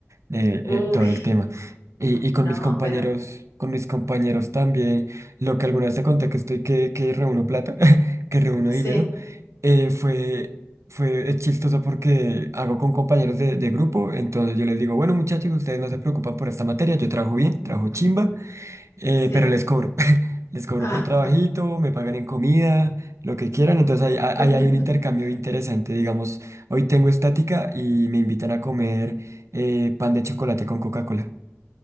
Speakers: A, on the right (about 75°); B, on the left (about 70°).
A: eh,
B: Uy,
A: eh, todo el tema. Y, y con
B: no,
A: mis compañeros,
B: pero
A: con mis compañeros también, lo que alguna vez te conté que estoy, que, que reúno plata, <laughs> que reúno
B: sí.
A: dinero, eh, fue, fue eh, chistoso porque hago con compañeros de, de grupo, entonces yo les digo, bueno muchachos, ustedes no se preocupan por esta materia, yo trabajo bien, trabajo chimba. Eh,
B: Sí.
A: pero les cobro, <laughs> les cobro
B: Ah.
A: por trabajito, me pagan en comida, lo que quieran, entonces ahí, ahí- ahí
B: <laughs>
A: hay un intercambio interesante, digamos, hoy tengo estática y me invitan a comer eh, pan de chocolate con Coca-Cola.